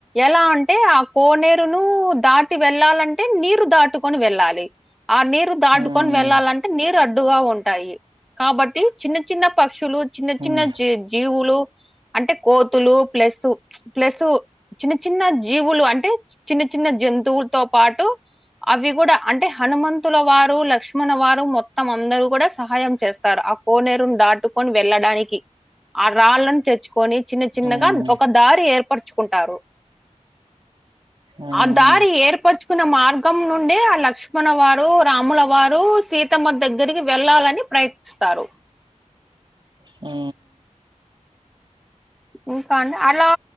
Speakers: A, in the centre; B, on the right (about 40°).
A: ఎలా అంటే ఆ కోనేరును దాటి వెళ్ళాలంటే నీరు దాటుకొని వెళ్ళాలి ఆ నీరు దాటుకొని
B: ఉమ్,
A: వెళ్ళాలంటే నీరు అడ్డుగా ఉంటాయి కాబట్టి చిన్న చిన్న పక్షులు చిన్న
B: ఉమ్,
A: చిన్న జి జీవులు అంటే కోతులు ప్లస్సు ప్లస్సు చిన్న చిన్న జీవులు అంటే చిన్న చిన్న జంతువుతో పాటు అవి కూడా అంటే హనుమంతుల వారు లక్ష్మణ వారు మొత్తం అందరు కూడా సహాయం చేస్తారు ఆ కోనేరును దాటుకొని వెళ్ళడానికి ఆ రాళ్ళలను తెచ్చుకొని చిన్న చిన్నగా
B: ఉమ్,
A: ఒక దారి ఏర్పరుచుకుంటారు
B: ఉమ్,
A: ఆ దారి ఏర్పరచుకున్న మార్గం నుండే ఆ లక్ష్మణ వారు రాముల వారు సీతమ్మ దగ్గరికి వెళ్ళాలని ప్రయత్నిస్తారు
B: ఉ
A: ఇంకా అండి అలా